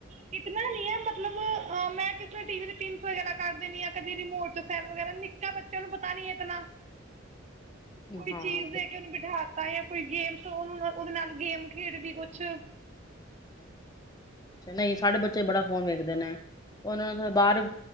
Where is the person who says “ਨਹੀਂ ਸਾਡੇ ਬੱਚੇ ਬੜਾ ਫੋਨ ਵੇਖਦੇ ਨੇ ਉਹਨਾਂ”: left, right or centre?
Left